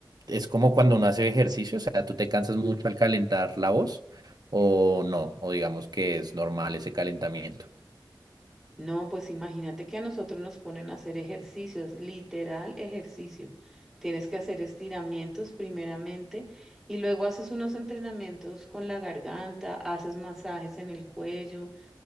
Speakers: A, on the right (about 55°); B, in the centre.
A: es como cuando uno hace ejercicio, o sea, ¿tú te cansas mucho al calentar la voz o no? O digamos que es normal ese calentamiento.
B: No, pues imagínate que a nosotros nos ponen a hacer ejercicios, literal ejercicio. Tienes que hacer estiramientos primeramente y luego haces unos entrenamientos con la garganta, haces masajes en el cuello,